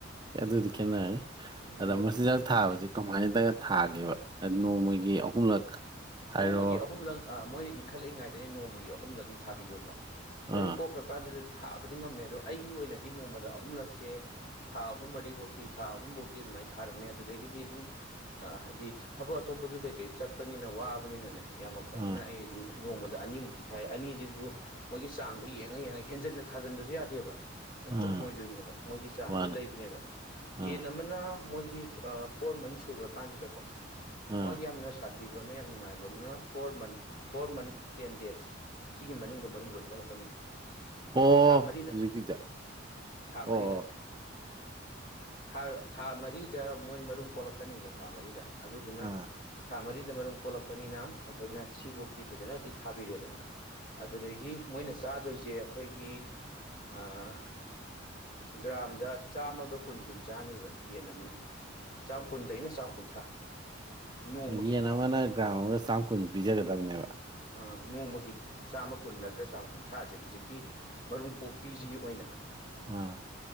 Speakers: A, on the right; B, on the left.
A: ꯑꯗꯨꯗꯤ ꯈꯦꯠꯅꯔꯦ
B: ꯎꯝ
A: ꯑꯗꯥ
B: ꯑꯗꯣ
A: ꯃꯆꯤꯟꯖꯥꯛ ꯊꯥꯕꯁꯤ ꯀꯃꯥꯏꯅꯒ ꯊꯥꯒꯦꯕ ꯅꯣꯡꯃꯒꯤ ꯑꯍꯨꯝꯂꯛ ꯍꯥꯏꯔꯣ
B: ꯅꯣꯡꯃꯒꯤ ꯑꯍꯨꯝꯂꯛ ꯑꯥ ꯃꯣꯏꯅ ꯏꯟꯈꯠꯂꯛꯏꯉꯩꯗꯅꯤ ꯅꯣꯡꯃꯒꯤ ꯑꯍꯨꯝꯂꯛ ꯑꯗꯨꯝ ꯊꯥꯕꯤꯌꯣꯕ ꯃꯔꯨꯝ
A: ꯑꯥ
B: ꯀꯣꯛꯈ꯭ꯔꯥ ꯀꯥꯟꯗꯖꯨ ꯊꯥꯕꯗꯤ ꯉꯝꯃꯦ ꯑꯗꯣ ꯑꯩꯒꯤ ꯑꯣꯏꯅꯗꯤ ꯅꯣꯡꯃꯥꯗ ꯑꯍꯨꯝꯂꯛꯁꯦ ꯊꯥ ꯑꯍꯨꯝ ꯃꯔꯤꯕꯧꯇꯤ ꯊꯥ ꯑꯍꯨꯝꯕꯧꯇꯤ ꯑꯗꯨꯃꯥꯏꯅ ꯊꯥꯔꯝꯃꯦ ꯑꯗꯨꯗꯒꯤꯗꯤ ꯁꯨꯝ ꯑꯥ ꯍꯥꯏꯗꯤ ꯊꯕꯛ ꯑꯇꯣꯞꯄꯁꯨ ꯀꯩ ꯀꯩ ꯆꯠꯄꯅꯤꯅ ꯋꯥꯕꯅꯤꯅꯅꯦ ꯌꯥꯝꯃꯛꯄꯅꯤꯅ
A: ꯑꯥ
B: ꯑꯩ ꯑꯗꯨꯝ ꯅꯣꯡꯃꯥꯗ ꯑꯅꯤꯃꯨꯛꯇꯤ ꯊꯥꯏ ꯑꯅꯤꯁꯤꯁꯨ ꯃꯣꯏꯒꯤ ꯆꯥꯡꯗꯣ ꯌꯦꯡꯉꯥ ꯌꯦꯡꯉꯥ ꯍꯦꯟꯖꯟꯅ ꯊꯥꯖꯟꯕꯁꯨ ꯌꯥꯗꯦꯕ ꯑꯃꯨꯛ
A: ꯑꯥ
B: ꯇꯨꯝꯃꯣꯏꯗꯣꯏꯅꯦꯕ ꯃꯣꯏꯒꯤ ꯆꯥꯡꯁꯦ
A: ꯃꯥꯅꯦ
B: ꯂꯩꯕꯅꯦꯕ
A: ꯑꯥ
B: ꯌꯦꯟ ꯑꯃꯅ ꯃꯣꯏꯒꯤ ꯑꯥ ꯐꯣꯔ ꯃꯟꯁ ꯁꯨꯒꯔꯥꯀꯥꯟꯁꯤꯗꯀꯣ
A: ꯑꯥ
B: ꯃꯣꯏꯒꯤ ꯌꯥꯝꯅ ꯊꯤꯕ ꯑꯃꯅ ꯌꯥꯝ ꯅꯨꯡꯉꯥꯏꯕ ꯑꯃꯅ four month four month ten days ꯁꯤꯒꯤ ꯃꯅꯨꯡꯗ ꯃꯔꯨꯝ ꯂꯣꯏ ꯀꯣꯛꯂꯛꯀꯅꯤꯕ
A: ꯑꯣ
B: ꯊꯥ ꯃꯔꯤꯗ
A: ꯍꯧꯖꯤꯛꯀꯤꯗ
B: ꯊꯥ
A: ꯑꯣ
B: ꯃꯔꯤꯗ
A: ꯑꯣ
B: ꯊꯥ ꯊꯥ ꯃꯔꯤꯗ ꯃꯣꯏ ꯃꯔꯨꯝ ꯀꯣꯛꯂꯛꯀꯅꯤꯕ ꯊꯥ ꯃꯔꯤꯗ ꯑꯗꯨꯗꯨꯅ
A: ꯑꯥ
B: ꯊꯥ ꯃꯔꯤꯗ ꯃꯔꯨꯝ ꯀꯣꯛꯂꯛꯄꯅꯤꯅ ꯑꯈꯣꯏꯅ ꯁꯤꯕꯧꯇꯤ ꯐꯖꯅꯗꯤ ꯊꯥꯕꯤꯔꯦꯗꯅ ꯑꯗꯨꯗꯒꯤ ꯃꯣꯏꯅ ꯆꯥꯗꯣꯏꯖꯦ ꯑꯩꯈꯣꯏꯒꯤ ꯑꯥ ꯒ꯭ꯔꯥꯝꯗ ꯆꯥꯝꯃꯒ ꯀꯨꯟ ꯀꯨꯟ ꯆꯥꯅꯤꯕ ꯌꯦꯟ ꯑꯃꯅ ꯆꯥꯝ ꯀꯨꯟꯗꯩꯅ ꯆꯝ ꯀꯨꯟꯊ꯭ꯔꯥ ꯅꯣꯡꯃꯒꯤ
A: ꯌꯦꯟ ꯑꯃꯅ ꯒ꯭ꯔꯥꯝ ꯑꯃꯒ ꯆꯥꯝ ꯀꯨꯟ ꯄꯤꯖꯒꯗ꯭ꯕꯅꯦꯕ
B: ꯑꯥ ꯅꯣꯡꯃꯒꯤ ꯆꯥꯝꯃ ꯀꯨꯟ ꯅꯠꯇ꯭ꯔ ꯆꯥꯝꯃ ꯀꯨꯟꯊ꯭ꯔꯥꯖꯦ ꯍꯨꯖꯤꯛꯀꯤ ꯃꯔꯨꯝ ꯀꯣꯛꯄꯤꯖꯤꯒꯤ ꯑꯣꯏꯅ
A: ꯑꯥ